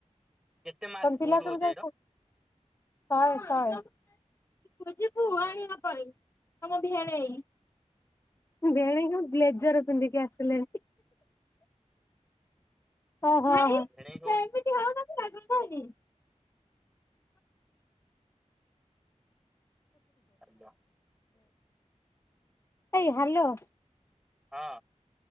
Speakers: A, in the centre; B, on the left.
A: କେତେ ମାର୍କ
B: ତମ
A: ଫୁଲ
B: ପିଲା ସବୁ
A: ଓଜେଇର?
B: ଯାଇ ଖାଉ, ଶହେ ଶହେ ତୁ ଯିବୁ
A: ଓହୋ
B: ଆଣିବା ପାଇଁ ଆମ ଭିଣେଇ, ଭିଣେଇ କଣ? ବ୍ଲେଜର ପିନ୍ଧିକି ଆସିଲେଣି। ଓହୋ ହଁ ଭାଇ
A: ଭିଣେଇ କୋଉଠି
B: ସେ ଏମିତି ହଉଚନ୍ତି ରାଗ ସଉନି।
A: ଆଲୋ।
B: ହେଇ ହ୍ୟାଲୋ।
A: ହଁ।